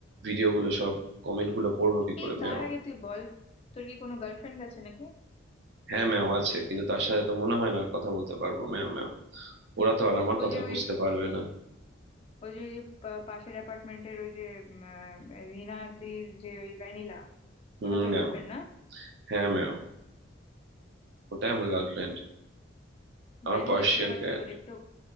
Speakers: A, on the right; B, on the left.
A: ভিডিও গুলো সব কমেন্ট গুলো পড়বো কি করে
B: এই তার
A: মেও
B: আগে তুই বল তোর কি কোনো গার্লফ্রেন্ড আছে নাকি
A: হ্যাঁ মেও আছে কিন্তু তার সাথে তো মনে হয় না আর কথা বলতে পারবো মেও মেও ওরা তো আর আমার
B: ওই
A: কথা
B: যে ওই
A: বুঝতে পারবে না
B: ওই যে ওই যে পা- পাশের অ্যাপার্টমেন্টের ওই যে উম, আহ, রিনাদির যে ওই ভ্যানিলা
A: হুম
B: ওটা তোর
A: মেও
B: গার্লফ্রেন্ড না
A: হ্যাঁ মেও ওটাই আমার গার্লফ্রেন্ড আমার
B: ভ্যানিলা
A: পার্সিয়ান
B: ফ্লেভার
A: ক্যাট
B: তো তোর একটু